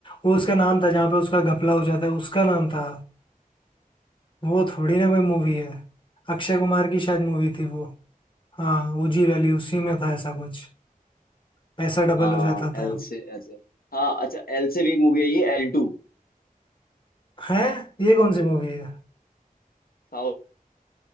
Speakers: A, on the left; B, on the left.
A: वो उसका नाम था जहाँ पे उसका घपला हो जाता है उसका नाम था वो थोड़ी ना कोई मूवी है अक्षय कुमार की शायद मूवी थी वो हाँ ओजी वैली उसी में था ऐसा कुछ पैसा डबल
B: हाँ
A: हो जाता था
B: एल से ऐसे हाँ अच्छा एल से भी एक मूवी है ये एल टू
A: है ये कौन सी मूवी है
B: साउथ